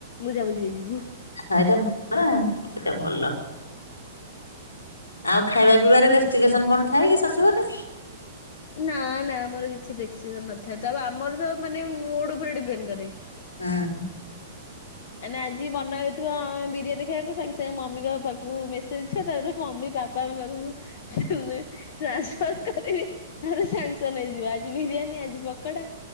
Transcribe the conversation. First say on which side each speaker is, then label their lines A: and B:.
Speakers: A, on the left; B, on the left.
A: ବୁଝାବୁଝି ହେଇଯିବୁ।
B: ହଁ ଏଇଟା ଭଲ ନା ଏଇଟା ଭଲ। ଆଉ ଖାଇବା ପିଇବାରେ ରେଷ୍ଟ୍ରିକେସନ୍ କଣ ଥାଏ କି ଶାଶୁ ଘରେ?
A: ନା ନା ଆମର କିଛି ରେଷ୍ଟ୍ରିକେସନ୍ ନଥାଏ ତା ଆମର ତ ମାନେ ମୁଡ୍ ଉପରେ ଡିପେଣ୍ଡ୍ କରେ।
B: ହଁ
A: ଆଜି ମନ ହେ ବିରିୟାନୀ ଖାଇବାକୁ ସାଙ୍ଗେ ସାଙ୍ଗେ ମମିଙ୍କ ପାଖକୁ ମେସେଜ ଯିବ ତାପରେ ମମି ବାପାଙ୍କ ପାଖକୁ ହୁଏ ଟ୍ରାନସ୍ଫର। କରିବି ତାହେଲେ ସାଙ୍ଗସନ୍ ହେଇଯିବ ଆଜି ବିରିୟାନୀ ଆଜି ପକୋଡା